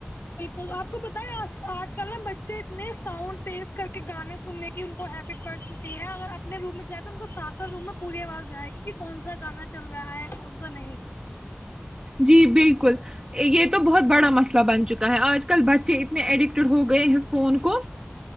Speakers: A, on the left; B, on the right.
A: بالکل آپ کو بتیں آج کل نا بچے اتنے ساؤنڈ تیز کر کے گانے سننے کی ان کو ہیبٹ بڑھ چکی ہے اگر اپنے روم میں جائے تو ان کو ساتھو روم میں پوری آواز جائے گی کہ کون سا گانا چل رہا ہے کون سا نہیں
B: جی بالکل یہ تو بہت بڑا مسئلہ بن چکا ہے آج کل بچے اتنے اڈکٹڈ ہو گئے ہیں فون کو